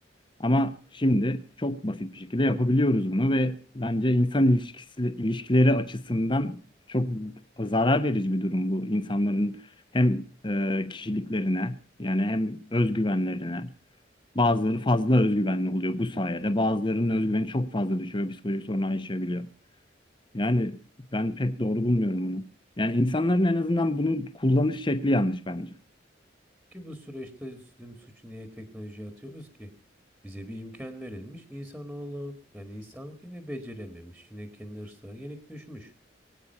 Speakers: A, on the left; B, in the centre.
A: Ama şimdi çok basit bir şekilde yapabiliyoruz bunu ve bence insan ilişkisi, ilişkileri açısından çok zarar verici bir durum bu. İnsanların hem e, kişiliklerine yani hem özgüvenlerine bazıları fazla özgüvenli oluyor bu sayede. Bazılarının özgüveni çok fazla düşüyor, psikolojik sorunlar yaşayabiliyor. Yani ben pek doğru bulmuyorum bunu. Yani insanların en azından bunu kullanış şekli yanlış bence.
B: Ki bu süreçte tüm suçu niye teknolojiye atıyoruz ki? Bize bir imkan verilmiş. İnsanoğlu yani insanlık yine becerememiş. Yine kendi hırslarına yenik düşmüş.